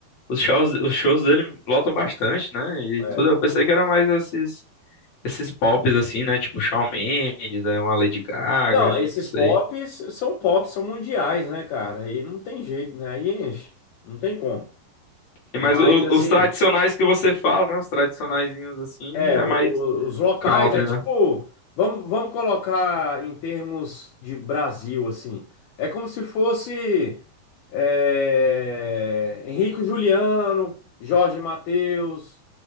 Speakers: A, on the left; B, on the left.
A: os shows, os shows dele lotam bastante, né? E
B: É.
A: tudo, eu pensei que era mais esses esses pops assim, né? Tipo Shawn Mendes, é uma Lady Gaga,
B: Não,
A: não
B: esses
A: sei.
B: pops são pops, são mundiais, né, cara? E não tem jeito, né? Aí enche. Não tem como.
A: E Mas
B: Mas,
A: o-
B: assim,
A: os tradicionais que você fala, né? Os tradicionaizinhos assim,
B: É,
A: é
B: o-
A: mais
B: o- os locais
A: country,
B: é tipo,
A: né?
B: vamos, vamos colocar em termos de Brasil, assim. É como se fosse é, Henrique Juliano, Jorge Mateus,